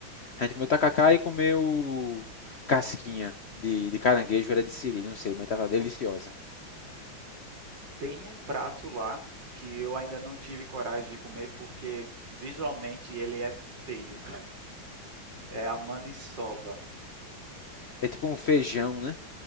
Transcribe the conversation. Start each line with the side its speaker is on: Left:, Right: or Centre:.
Left: A gente comeu tacacá e comeu casquinha de, de caranguejo, era de siri, não sei, mas tava deliciosa.
Right: Tem um prato lá que eu ainda não tive coragem de comer porque visualmente ele é feio. É a maniçoba.
Left: É tipo um feijão, né?